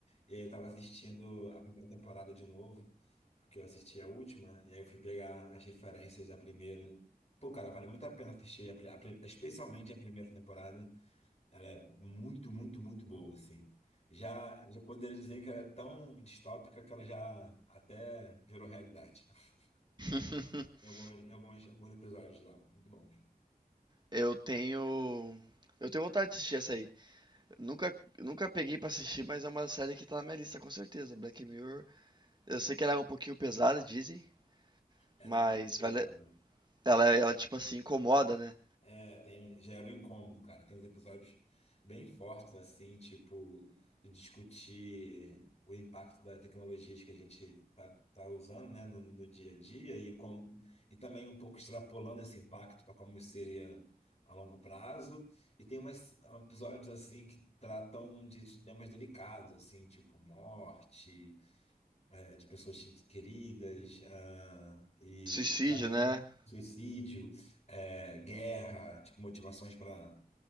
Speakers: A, on the left; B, on the right.
A: E aí eu tava assistindo a primeira temporada de novo, porque eu assisti a última, e aí eu fui pegar as referências da primeira. Pô, cara, vale muito a pena assistir, a pri- a pri- especialmente a primeira temporada. Ela é muito, muito, muito boa, assim. Já, já poderia dizer que ela é tão distópica que ela já até virou realidade. <laughs>
B: <laughs>
A: Em algumas, em algumas, alguns episódios lá. Muito bom mesmo.
B: Eu tenho. Eu tenho vontade de assistir essa aí. Nunca, nunca peguei pra assistir, mas é uma série que tá na minha lista com certeza. Black Mirror. Eu sei que ela é um pouquinho pesada, dizem,
A: Ela
B: mas
A: é um pouco pesada.
B: vale... ela, ela, tipo assim, incomoda, né?
A: É, tem, gera um incômodo, cara. Tem uns episódios bem fortes, assim, tipo, de discutir o impacto das tecnologias que a gente tá, tá usando, né, no, no dia a dia e, como, e também um pouco extrapolando esse impacto para como seria a longo prazo. E tem umas episódios, assim, que tratam de temas delicados, assim, tipo morte é, de pessoas queridas, ah, e
B: Suicídio,
A: também
B: né?
A: suicídio, é, guerra, tipo, motivações para